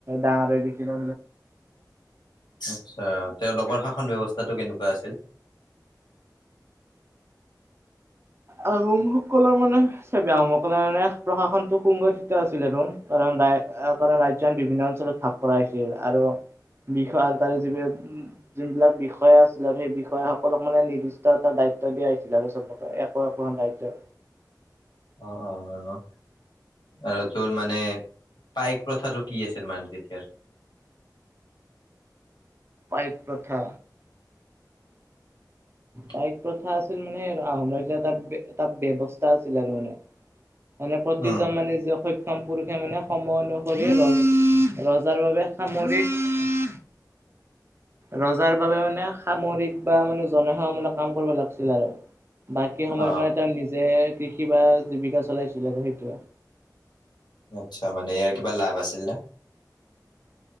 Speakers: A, on the right (about 35°); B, on the left (about 75°).
A: ডাঙৰ হৈ গৈছিল
B: আচ্ছা তেওঁ লোকৰ শাসন ব্যৱস্থাটো কেনেকুৱা আছিল?
A: আহোমসকলৰ মানে চাবি আহোমসকলৰ মানে প্ৰশাসনটো সুগঠিত আছিল আৰু কাৰণ ৰা কাৰণ ৰাজ্যখন বিভিন্ন অঞ্চলত ভাগ কৰা হৈছিল আৰু বিষয় আৰু তাৰে যিবিলাক যোনবিলাক বিষয়া আছিলে সেই বিষয়াসকলক মানে নিৰ্দিষ্ট এটা দায়িত্ব দায়িত্ব দিয়া হৈছিল আৰু চবকে একো একোখন ৰাজ্যৰ
B: অ'-অ'-অ' আৰু তোৰ মানে পাইক প্ৰথাটো কি আছিল মানে তেতিয়াৰ <inaudible>
A: পাইক প্ৰথা
B: <inaudible>
A: পাইক প্ৰথা আছিল মানে আৰু আহোম ৰাজ্যৰ এটা এটা ব্যৱস্থা আছিল আৰু মানে মানে প্ৰতিজন
B: উম
A: মানে যে স সক্ষম পুৰুষে মানে সময় অনুসৰি ৰ ৰজাৰ বাবে সামৰিক
B: <inaudible>
A: ৰজাৰ বাবে মানে সামৰিক বা মানে জনসেৱামূলক কাম কৰিব লাগিছিল আৰু বাকী সময়ৰ
B: অ
A: কাৰণে তেওঁ নিজে কৃষি বা জীৱিকা চলাইছিল আৰু সেইটোৱে।
B: আচ্ছা মানে ইয়াৰ কিবা লাভ আছিল নে?